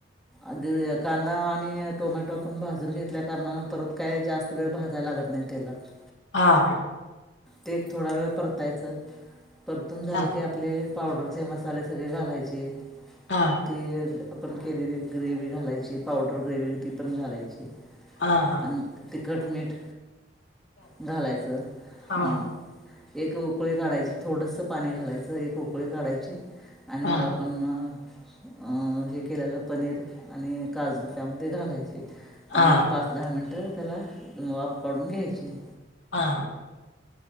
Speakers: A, in the centre; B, on the left.
A: अग कांदा आणि टोमॅटो पण भाजून घेतल्या कारणान परत काय जास्त वेळ भाजायला लागते नाही तेलात.
B: हा हा.
A: ते एक थोडा वेळ परतायचं परतून झालं
B: हां
A: की आपले पावडरचे मसाले सगळे घालायचे.
B: हा.
A: ती आपण केलेली ग्रेवी घालायची पावडर ग्रेवी ती पण घालायची.
B: हा-हा
A: आणि तिखट मीठ घालायचं.
B: हां
A: हं एक उकळी काढायची थोडंसं पाणी घालायचं एक उकळी काढायची आणि
B: हां
A: मग आपण अ अ हे केलेलं पनीर आणि काजू त्यामध्ये घालाय
B: हां
A: आणि एक पाच दहा मिनिटं त्याला वाफ काढून घ्यायची.
B: हा-हा